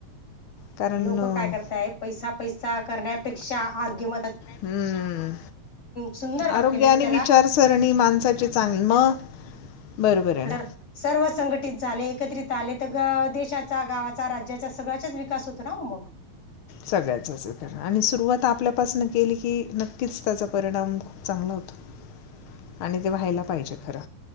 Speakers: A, on the left (about 60°); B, on the left (about 45°).
A: कारण
B: लोक
A: अं,
B: काय करताय पैसा पैसा करण्यापेक्षा आगीम
A: हम्म
B: सुंदर काम
A: आरोग्या
B: केलं तर
A: आणि
B: त्याला
A: विचारसरणी माणसाची चांगली मग <unintelligible> आहे
B: तर
A: ना
B: सर्व संघटित झाले एकत्रित आले तर देशाचा गावाचा राज्याचा सगळ्याचाच विकास होतो ना उमग
A: सगळ्याचचण आणि सुरुवात आपल्यापासन केली की नक्कीच त्याचा परिणाम खूप चांगला होता आणि ते व्हायला पाहिजे खरं